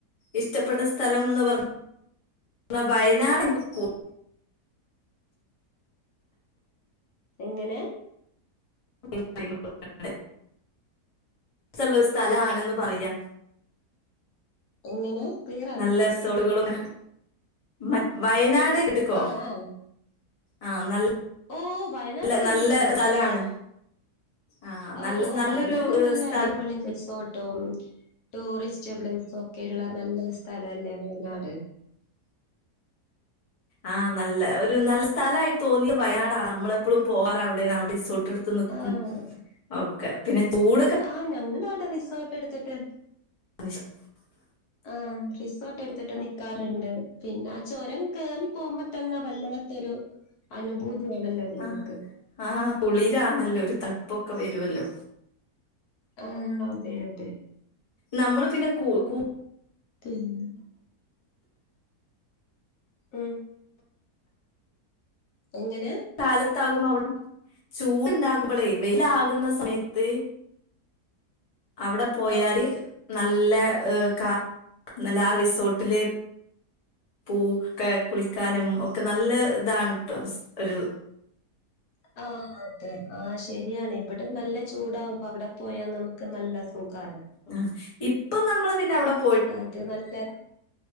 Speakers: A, on the left; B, on the left.
A: ഇഷ്ടപ്പെട്ട സ്ഥലം എന്ന് പറ <inaudible> ഞ്ഞ വയനാട് കൊ
B: എങ്ങനെ?
A: <unintelligible> ഇഷ്ട്ടള്ള സ്ഥലാണ്ന്ന് പറയാ
B: എങ്ങനെ ക്ലിയറ
A: നല്ല എസോഡുകളും മ വയനാട് കേട്ക്കോ
B: ആഹ് ആഹ്
A: ആഹ് നല്
B: ഓ വയനാട്
A: ല്ല
B: കേട്ടിട്ടുണ്ട്
A: നല്ല സ്ഥലാണ്. ആഹ്
B: ഓഹ്
A: നല്ല
B: ഓഹ്
A: നല്ലൊരു
B: വയനാട് നല്ല
A: സ്ഥല
B: അടിപൊളി റിസോ ട്ടും ടൂറിസ്റ്റ് പ്ലേസ് ഒക്കെയുള്ള നല്ലൊരു സ്ഥലല്ലേ വയനാട്
A: ആഹ് നല്ല ഒരു നല്ല സ്ഥലയിട്ട് തോന്നിയ വയനാടാണ് നമ്മള് എപ്പഴളും പോവാറ് അവിടെണ് അവിടെ റിസോ ട്ട്ട്ത്ത് നിക്കും
B: ആഹ്
A: ഓക്കെ പിന്നെപൂട്
B: ആഹ് ഞങ്ങളാവിടെ റിസോർട്ട് എടുത്തിട്ട്
A: <unintelligible>
B: ആഹ് റിസോർട്ട് എടുത്തിട്ട് നിക്കാറ്ണ്ട് പിന്നെ ആ ചൊരം കേറി പോകുമ്പോ തന്നെ വല്ല ത്തൊരു അനുഭൂതിയാണല്ലോ ഞമ്മക്ക്
A: ആഹ് ആഹ് കുളിരാണല്ലോ ഒര് തണുപ്പൊക്കെ വരൊല്ലോ
B: ആം അതെ അതെ
A: നമ്മള് പിന്നെ കൂ
B: ഉം
A: കൂ
B: പിന്നെ ഉം എങ്ങനെ
A: കാലത്താകുമ്പോ അവ്ട്ന്ന് ചൂട്ണ്ടാകുമ്പളേ വെയില് ആകുന്ന സമയത്ത് അവ്ടെ പ്പോയാല്
B: ആഹ്
A: നല്ല കാറ്റ് നല്ല ആ റിസോർട്ടില് പൂക്കെ കുളിക്കാനും ഒക്കെ നല്ല താൺട്ടോ ഒരു
B: ആ അതെ ആ ശരിയാണ് ഇവടെ നല്ല ചൂടാവുമ്പോ അവടെ പോയാ നമുക്ക് നല്ല സുഖാണ്
A: ആ ഇപ്പൊ നമ്മള് പിന്നെ അവ്ടെപ്
B: അതെ നല്ല